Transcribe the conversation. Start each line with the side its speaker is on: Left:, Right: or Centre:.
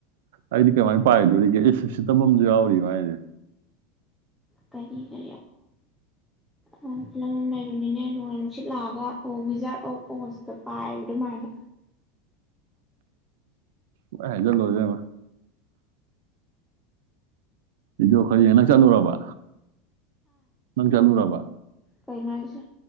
Right: ꯑꯩꯗꯤ ꯀꯃꯥꯏꯅ ꯄꯥꯏꯗꯣꯔꯤꯒꯦ ꯑꯩ ꯎꯁꯤꯇꯁꯨ ꯌꯥꯎꯔꯤ ꯃꯥꯏꯁꯦ
Centre: ꯀꯔꯤꯒꯤ ꯎꯪ ꯐꯤꯂꯝ ꯑꯃ ꯂꯩꯕꯅꯤꯅꯦ ꯅꯣꯡꯃꯩ ꯅꯨꯡꯁꯤꯠ ꯂꯥꯛꯑꯒ ꯑꯣ ꯋꯤꯖꯥꯔꯠ ꯑꯣꯐ ꯑꯣꯁꯇ ꯄꯥꯏꯕ ꯑꯗꯨꯃꯥꯏꯅ
Right: ꯄꯪꯍꯥꯏ ꯍꯥꯏꯖꯤꯜꯂꯣ ꯏꯕꯦꯝꯃ ꯚꯤꯗꯤꯑꯣ ꯈꯥꯔ ꯌꯦꯡ ꯅꯪ ꯆꯠꯂꯨꯔꯕ ꯅꯪ ꯆꯠꯂꯨꯔꯕ
Centre: ꯀꯩꯩꯅꯁꯨ